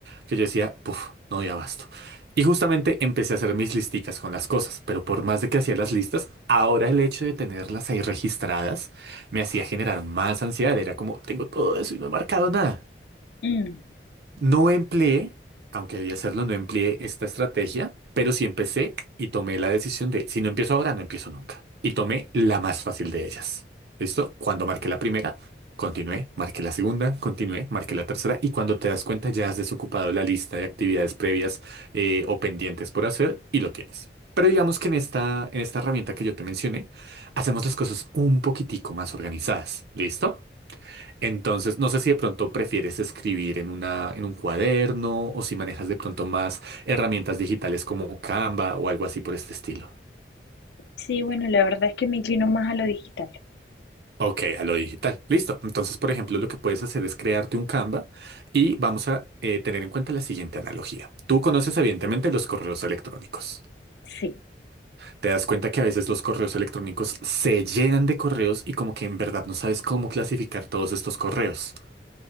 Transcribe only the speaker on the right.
que yo decía, puff, no doy abasto. Y justamente empecé a hacer mis listicas con las cosas, pero por más de que hacía las listas, ahora el hecho de tenerlas ahí registradas me hacía generar más ansiedad, era como, tengo todo eso y no he marcado nada.
No empleé, aunque debía hacerlo, no empleé esta estrategia, pero sí empecé y tomé la decisión de, si no empiezo ahora, no empiezo nunca. Y tomé la más fácil de ellas. ¿Listo? Cuando marqué la primera, continué, marqué la segunda, continué, marqué la tercera y cuando te das cuenta ya has desocupado la lista de actividades previas eh, o pendientes por hacer y lo tienes. Pero digamos que en esta, en esta herramienta que yo te mencioné, hacemos las cosas un poquitico más organizadas. ¿Listo? Entonces, no sé si de pronto prefieres escribir en una, en un cuaderno o si manejas de pronto más herramientas digitales como Canva o algo así por este estilo.
Ok, a lo digital. Listo. Entonces, por ejemplo, lo que puedes hacer es crearte un Canva y vamos a eh, tener en cuenta la siguiente analogía. Tú conoces evidentemente los correos electrónicos.
Te das cuenta que a veces los correos electrónicos se llenan de correos y como que en verdad no sabes cómo clasificar todos estos correos.